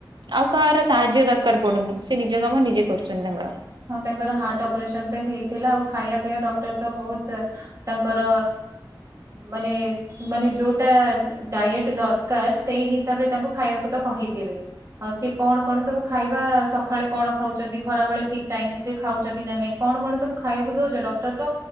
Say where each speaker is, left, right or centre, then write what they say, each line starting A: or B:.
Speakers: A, on the right; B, on the right.
A: ଆଉ କାହାର ସାହାଯ୍ୟ ଦରକାର ପଡୁନି ସେ ନିଜ କାମ ନିଜେ କରୁଛନ୍ତି ତାଙ୍କର।
B: ହଁ ତାଙ୍କର ହାର୍ଟ ଅପରେସନ ତ ହେଇଥିଲା ଆଉ ଖାଇବା ପିଇବା ଡକ୍ଟର ତ ବହୁତ ତାଙ୍କର ମାନେ ମାନେ ଯୋଉଟା ଡାଏଟ ଦରକାର ସେଇ ହିସାବରେ ତାଙ୍କୁ ଖାଇବାକୁ ତ କହିଥିବେ ଆଉ ସି କଣ କଣ ସବୁ ଖାଇବା ସକାଳେ କଣ ଖାଉଛନ୍ତି ଖରାବେଳେ ଠିକ ଟାଇମ ରେ ଖାଉଛନ୍ତି ନା ନାଇଁ କଣ କଣ ସବୁ ଖାଇବାକୁ ଦଉଛ ଡକ୍ଟର ତ